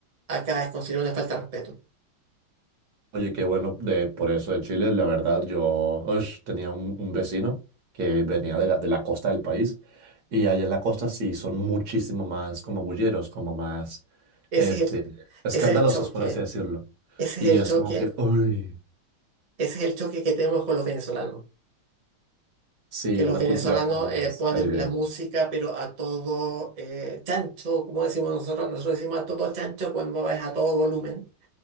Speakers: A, on the right; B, on the right.
A: acá es considerado una falta de respeto.
B: Oye, qué bueno de, por eso de Chile. La verdad, yo ush, tenía un, un vecino que venía de la, de la costa del país y allá en la costa sí son muchísimo más como bulleros, como más
A: Ese
B: este,
A: es el,
B: escandalosos,
A: ese es el choque,
B: por así decirlo.
A: ese
B: Y
A: es el
B: es
A: choque,
B: como que, uy,
A: ese es el choque que tenemos con los venezolanos.
B: sí,
A: que los
B: una
A: venezolanos
B: cultura como más
A: eh, ponen
B: caribeña.
A: la música, pero a todo eh, chancho, como decimos nosotros, nosotros decimos a todo chancho cuando es a todo volumen,